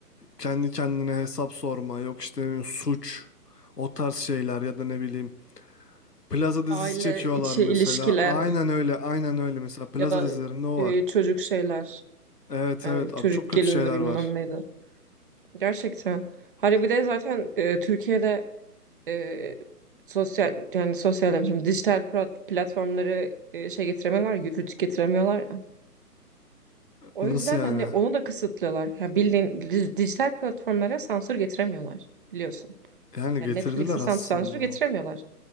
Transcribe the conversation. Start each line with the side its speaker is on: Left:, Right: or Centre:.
Left: kendi kendine hesap sorma, yok işte suç, o tarz şeyler ya da ne bileyim. Plaza dizisi
Right: aile
Left: çekiyorlar
Right: içi
Left: mesela.
Right: ilişkiler
Left: Aynen öyle, aynen öyle. Mesela Plaza
Right: Ya da
Left: dizilerinde o
Right: e,
Left: var.
Right: çocuk şeyler.
Left: Evet
Right: Yani
Left: evet abi
Right: çocuk
Left: çok kötü
Right: gelini
Left: şeyler
Right: bilmem
Left: var.
Right: neydi. Gerçekten. Hani bir de zaten e, Türkiye'de e, sosyal yani sosyal demişim dijital plat- platformları e, şey getiremiyorlar, yürütü getiremiyorlar ya. O
Left: Nasıl
Right: yüzden
Left: yani?
Right: hani onu da kısıtlıyorlar. Ya bildiğin di- dijital platformlara sansür getiremiyorlar biliyorsun.
Left: Yani
Right: Yani
Left: getirdiler
Right: Netflix'e
Left: aslında.
Right: sansür sansür getiremiyorlar.